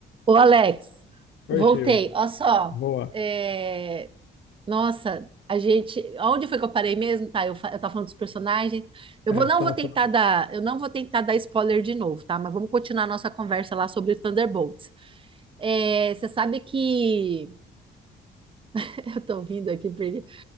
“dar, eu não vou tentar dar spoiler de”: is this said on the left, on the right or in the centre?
Right